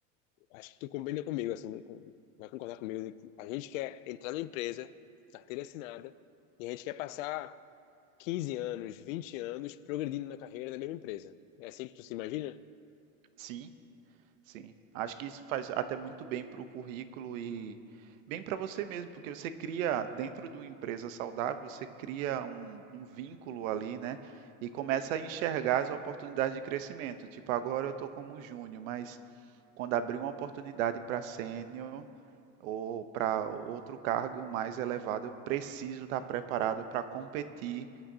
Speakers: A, on the left; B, on the right.
A: Acho que tu combina comigo, assim, né? Com- vai concordar comigo. de que A gente quer entrar numa empresa, carteira assinada, e a gente quer passar 15 anos, 20 anos progredindo na carreira da mesma empresa. É assim que tu se imagina?
B: Sim, Sim, acho que isso faz até muito bem para o currículo e bem para você mesmo, porque você cria, dentro de uma empresa saudável, você cria um, um vínculo ali, né? E começa a enxergar as oportunidades de crescimento. Tipo, agora eu estou como júnior, mas quando abrir uma oportunidade para sênior ou para outro cargo mais elevado, eu preciso estar preparado para competir